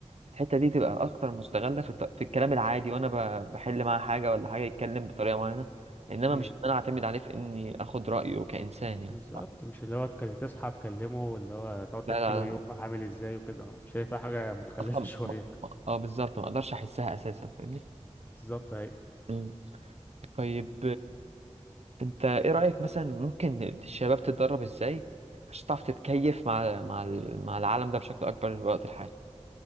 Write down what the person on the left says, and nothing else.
أمم.
بالظبط مش اللي هو تك- تصحى تكلمه واللي هو تقعد تحكي
له يومك
عامل ازاي وكده شايفها حاجة متخلفة
<laughs> شوية
بالظبط اي